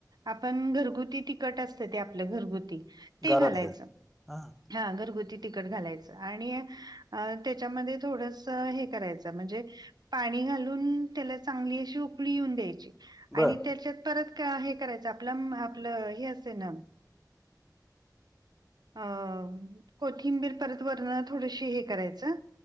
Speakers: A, on the right; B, in the centre.
A: आपण घरगुती तिकट असत ते आपलं घरगुती. ते
B: घरातल
A: घालायचं.
B: हा.
A: हा घरगुती तिकट घालायचं आणि त्याच्यामध्ये थोडस हे करायचं म्हणजे पाणी घालून त्याला चांगली अशी उकळी येऊन द्यायची आणि
B: बर
A: त्याच्यात परत हे करायचं आपल, आपल हे असे ना अ. कोथिंबीर परत वरण थोडशी हे करायचं